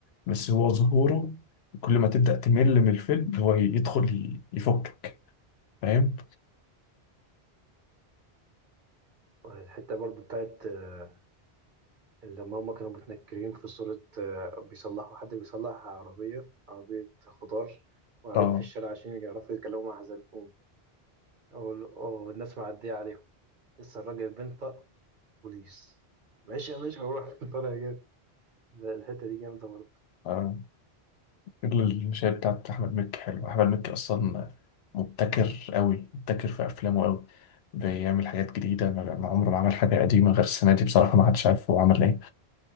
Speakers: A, on the left; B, on the right.
A: بس هو ظهوره كل ما تبدأ تمل من الفيلم هو يدخل ي- يفكك فاهم؟
B: الحتة برضه بتاعت آه، لما هما كانوا متنكرين في صورة آه، بيصلحوا حد بيصلح عربية عربية خضار وقاعدين
A: اه
B: في الشارع عشان يعرفوا يتكلموا مع حزلقوم أو- أو الناس معدية عليهم لسه الراجل بينطق بوليس ماشي يا باشا روح <laughs> طالع جاي لا، الحتة دي جامدة برضه
A: آه. غير الشاي بتاعت أحمد مكي حلو أحمد مكي أصلا مبتكر أوي مبتكر في أفلامه أوي بيعمل حاجات جديدة ما ما عمره ما عمل حاجة قديمة غير السنة دي بصراحة ما حدش عارف هو عمل إيه